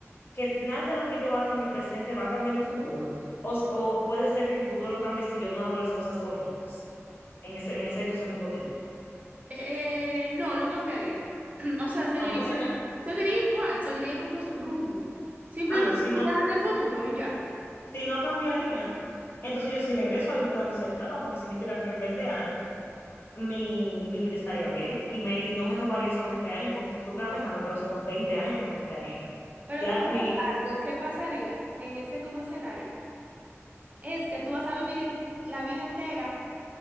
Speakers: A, on the left; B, on the right.
A: que nada de lo que yo haga en mi presente va a cambiar mi futuro. O, o puede ser que mi futuro cambie si yo no hago las cosas correctas en, ese, en esa situación hipotética.
B: Eh, no, no cambiaría. <clears throat> O sea, seguiría,
A: Ah, no, si no,
B: seguiría igual, seguiría como su rumbo. Simplemente
A: ah, no, si
B: tú
A: no,
B: viajaste al futuro y ya.
A: si no cambiaría, entonces yo sí regreso a vivir todas mis etapas, porque significa que en 20 años mi, mi vida estaría bien y, me, y no me robaría esos 20 años, porque tú estás pensando, pero son 20 años que me quitarían.
B: Pero
A: Ya
B: tú sabes
A: mi,
B: algo, ¿qué pasaría en ese como escenario? Es que tú vas a vivir el- la vida entera